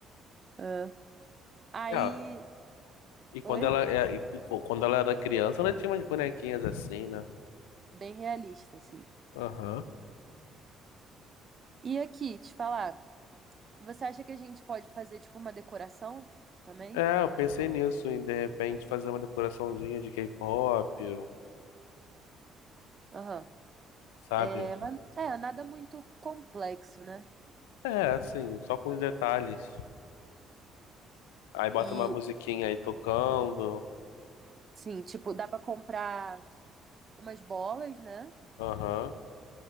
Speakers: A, on the right; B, on the left.
A: Ah. Aí,
B: É, E quando
A: oi,
B: ela, é, e co- quando ela era criança, ela tinha umas bonequinhas assim, né?
A: bem realista, assim.
B: Aham.
A: E aqui, te falar, você acha que a gente pode fazer, tipo, uma decoração também?
B: É, eu pensei nisso, em de repente fazer uma decoraçãozinha de K-pop,
A: Aham.
B: sabe?
A: É, mas, é, nada muito complexo, né?
B: É, assim, só com os detalhes. Aí bota
A: E,
B: uma musiquinha aí tocando.
A: sim, tipo, dá pra comprar umas bolas, né?
B: Aham.